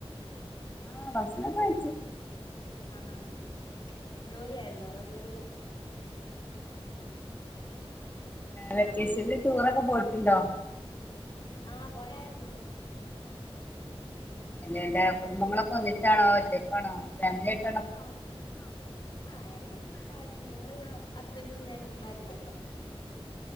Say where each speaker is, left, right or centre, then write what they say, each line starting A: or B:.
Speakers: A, on the left; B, on the left.
A: ആഹ് ബസ്നൊക്കെ കഴിച്ചു.
B: ആഹ് ഹ ഹ ജോലി ആയിരുന്നോ അതോ ജോലി എല്ല
A: വെക്കേഷനിൽ
B: ആഹ് ആഹ്
A: ടൂറൊക്കെ പോയിട്ടുണ്ടോ?
B: ആഹ് പോയായിരുന്നു
A: അന്റെ കുടുംബങ്ങളൊക്കെ ഒന്നിച്ചാണോ ഒറ്റക്കാണോ ഫാമിലിയട്ട്
B: ആഹ് ആഹ് ഞങ്ങള് പാരിം ഞങ്ങള് ഹസ്ബന്റും ഞാനും പിള്ളോരും മാത്രം.